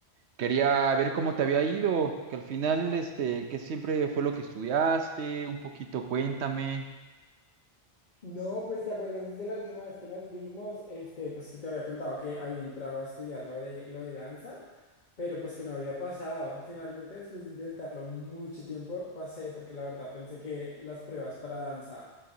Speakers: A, on the right; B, on the left.
A: quería ver cómo te había ido, que al final, este, que siempre fue lo que estudiaste, un poquito cuéntame.
B: No, pues te acuerdas desde la última vez que nos vimos, este, pues que te había contado que había entrado a estudiar lo de, lo de danza. Pero pues que no había pasado. Finalmente, después de intentarlo mucho tiempo, pasé porque la verdad pensé que las pruebas para danza